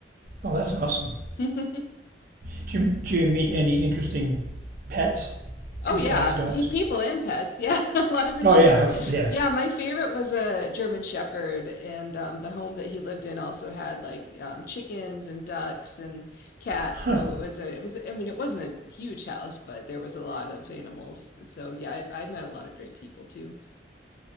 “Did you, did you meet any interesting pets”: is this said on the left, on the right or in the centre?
Right